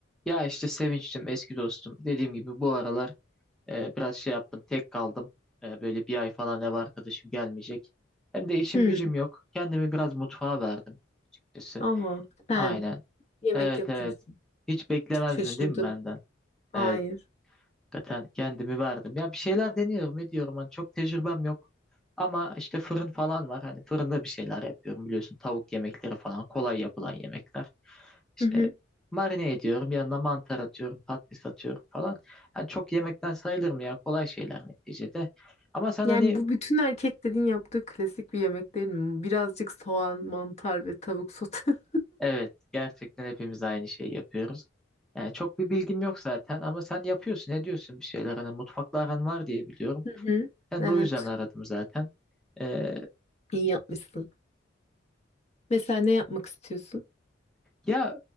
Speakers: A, in the centre; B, on the left.
A: Ya işte Sevinç'tim eski dostum. Dediğim gibi bu aralar e, biraz şey yaptım tek kaldım. E, böyle bir ay falan ev arkadaşım gelmeyecek. Hem de işim
B: Hmm.
A: gücüm yok. Kendimi biraz mutfağa verdim açıkçası.
B: Aha sen
A: Aynen.
B: yemek
A: Evet
B: yapıyorsun.
A: evet. Hiç beklemezdin
B: Çok şaşırdım.
A: değil mi benden?
B: Hayır.
A: Evet. Hakikaten kendimi verdim. Ya bir şeyler deniyorum ediyorum. Hani çok tecrübem yok. Ama işte fırın falan var. Hani fırında bir şeyler yapıyorum biliyorsun. Tavuk yemekleri falan kolay yapılan yemekler. İşte
B: Hı hı.
A: marine ediyorum. Yanına mantar atıyorum. Patates atıyorum falan. Yani çok yemekten sayılır mı ya? Kolay şeyler neticede. Ama sen
B: Yani
A: hani
B: bu bütün erkeklerin yaptığı klasik bir yemek değil mi? Birazcık soğan, mantar ve tavuk sote. <laughs>
A: evet gerçekten hepimiz aynı şeyi yapıyoruz. Yani çok bir bilgim yok zaten ama sen yapıyorsun, ediyorsun bir şeyler. Hani mutfakla aran var diye biliyorum.
B: Hı hı.
A: Ben
B: Evet.
A: de o yüzden aradım zaten. Ee,
B: İyi yapmışsın. Mesela ne yapmak istiyorsun?
A: Ya